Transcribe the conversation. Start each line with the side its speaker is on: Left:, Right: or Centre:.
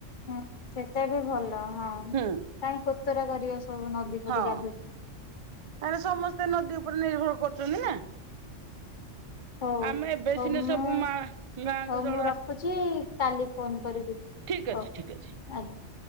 Left: ହଁ ସେଟା ବି ଭଲ ହଁ କାହିଁ
Right: ହୁଁ
Left: କୋତରା କରିବେ ସବୁ ନଦୀ ପଦୀ
Right: ହଁ
Left: ଗାଧୁ
Right: ଆରେ ସମସ୍ତେ ନଦୀ ଉପରେ ନିର୍ଭର କରୁଛନ୍ତି ନା।
Left: ହଉ
Right: ଆମେ ଏବେ
Left: ହଉ
Right: ସିନା
Left: ମୁଁ
Right: ସବୁ ମା ଗାଁକୁ
Left: ହଉ
Right: ଜଳ
Left: ମୁଁ ରଖୁଛି କାଲି ଫୋନ କରିବି।
Right: ଠିକ୍
Left: ହଉ
Right: ଅଛି ଠିକ୍ ଅଛି।
Left: ଆଜ୍ଞା।